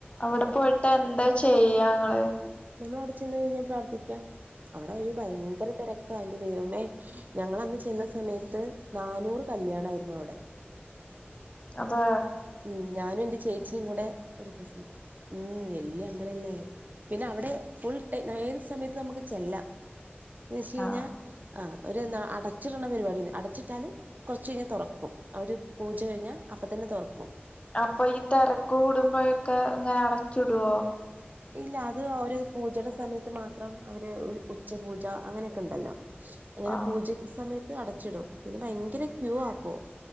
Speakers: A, on the left; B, on the right.
A: അവിടെ പോയിട്ടെന്താ ചെയ്യാങ്ങള്
B: നമ്മളിവിടെ ചെന്ന് കഴിഞ്ഞാ പ്രാർത്ഥിക്കാം അവിടെ അയ്‌ന് ഭയങ്കര തെരക്കാ ന്റെ ദൈവമേ ഞങ്ങളന്ന് ചെന്ന സമയത്ത് നാനൂറ് കല്യാണായിരുന്നു അവിടെ
A: അതേ
B: ഉം ഞാനും ന്റെ ചേച്ചിയും കൂടെ ഒരു കസിനും ഉം വല്യ അമ്പലല്ലേ പിന്നവിടെ ഫുൾ ടൈ ഏത് സമയത്ത് നമുക്ക് ചെല്ലാം എന്ന് വെച്ച്കഴിഞ്ഞാ-
A: ആഹ്
B: ആഹ് ഒരു ന അടച്ചിടുന്ന പരിപാടി ഒന്നുല്ല അടച്ചിട്ടാലും കൊർച്ചഴിഞ്ഞ തൊറക്കും. അവര് പൂജ കഴിഞ്ഞാ അപ്പ തന്നെ തൊറ-
A: അപ്പൊ ഈ തെരക്ക് കൂടുമ്പോഴൊക്കെ ഇങ്ങനെ അടച്ചിടുവോ
B: ഇല്ല അത് അവര് പൂജയുടെ സമയത്ത് മാത്രം അവര് ഉച്ചപൂജ അങ്ങനെയൊക്കെണ്ടല്ലോ ങ്ങനെ
A: ആഹ്
B: പൂജ സമയത്ത് അടച്ചിടും പിന്നെ ഭയങ്കര ക്യൂവാഅപ്പോ